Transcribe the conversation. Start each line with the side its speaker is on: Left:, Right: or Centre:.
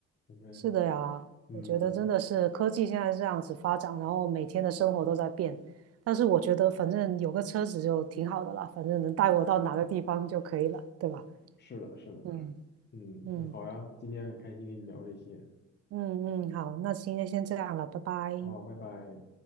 Left: 我们
Right: 是的呀，
Left: 嗯，
Right: 我觉得真的是科技现在这样子发展，然后每天的生活都在变。但是我觉得反正有个车子就挺好的了，反正能带我到哪个地方就可以了，对吧？
Left: 是的，是的。
Right: 嗯。
Left: 嗯，
Right: 嗯
Left: 那好呀，今天很开心跟你聊这些。
Right: 嗯嗯，好，那今天先这样了，拜拜。
Left: 好，拜拜。